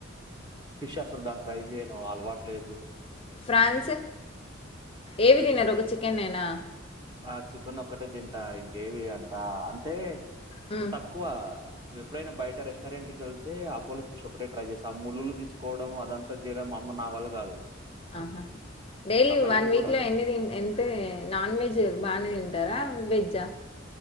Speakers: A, on the right; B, on the left.
A: ఫిష్ అసలు దాన్ని ట్రై చేయను అల్వాటులేదు
B: ఫ్రాన్స్ ఏవి ధినరు ఒక చికెన్ ఏనా
A: ఆ చికెన్ ఒక్కటే తింటా ఇంకేవి అంత అంటే
B: హ్మ్.
A: తక్కువ ఎప్పుడైనా బయట రెస్టారెంట్ కెళ్తే అపోలో ఫిష్ ఒకటే ట్రై చేస్తా ఆ ముల్లులు తీ స్కోవడం అదంతా చేయడం మ అమ్మ నా వల్ల కాదు
B: ఆహా డైలీ
A: ఆ భయం
B: వన్ వీక్
A: కూడా
B: లో ఎన్నిది ఎంతే నాన్ వెజ్ బానే తింటారా వేజ్జా